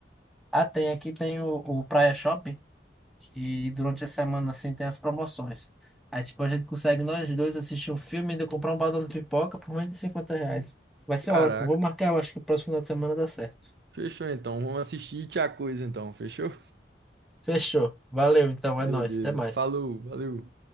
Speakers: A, in the centre; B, on the right.
A: Ah, tem aqui tem o, o Praia Shopping, que durante a semana assim tem as promoções. Aí tipo, a gente consegue nós dois assistir um filme e ainda comprar um balão de pipoca por menos de 50 reais. Vai ser
B: Caraca.
A: ótimo, vou marcar, eu acho que o próximo final de semana dá certo.
B: Fechou então. Vamos assistir Tia Coisa então, fechou?
A: Fechou, valeu então,
B: Beleza.
A: é nóis, até mais.
B: Falou, valeu.